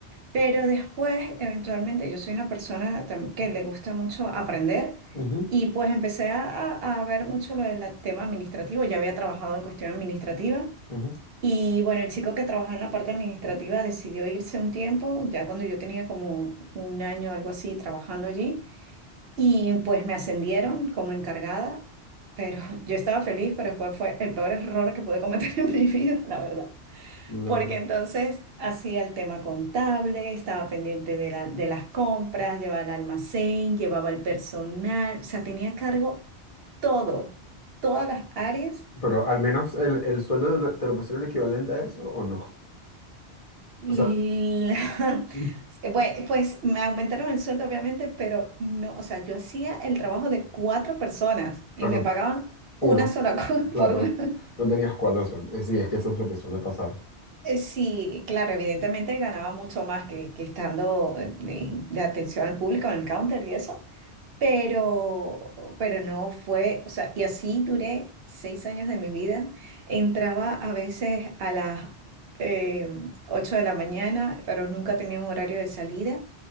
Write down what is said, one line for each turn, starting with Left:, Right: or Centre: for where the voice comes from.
Right: Pero después, eventualmente, yo soy una persona tam- que le gusta mucho aprender
Left: Ujú,
Right: y pues empecé a, a- a ver mucho lo del tema administrativo. Ya había trabajado en cuestión administrativa
Left: ujú,
Right: y bueno, el chico que trabajaba en la parte administrativa decidió irse un tiempo, ya cuando yo tenía como un año o algo así trabajando allí y pues me ascendieron como encargada, pero <laughs> yo estaba feliz, pero después fue el peor error que pude cometer <laughs> en mi vida, la verdad.
Left: claro.
Right: Porque entonces hacía el tema contable, estaba pendiente de, la- de las compras, llevaba el almacén, llevaba el personal, o sea, tenía a cargo todo, todas las áreas.
Left: Pero al menos el, el sueldo te lo, te lo pusieron equivalente a eso o no.
Right: Y
Left: O sea,
Right: la-
Left: <laughs>
Right: <laughs> Bue- pues me aumentaron el sueldo, obviamente, pero no, o sea, yo hacía el trabajo de cuatro personas
Left: claro,
Right: y me pagaban
Left: uno.
Right: una sola <laughs> cosa
Left: Claro,
Right: por una.
Left: no, no tenías cuatro sueldos. Eh, Sí, es que eso es lo que suele pasar.
Right: Eh, Sí, claro, evidentemente ganaba mucho más que, que estando eh, de, de atención al público en el counter y eso, Pero, pero no fue, o sea, y así duré seis años de mi vida. Entraba a veces a las eh, 8 de la mañana, pero nunca tenía un horario de salida,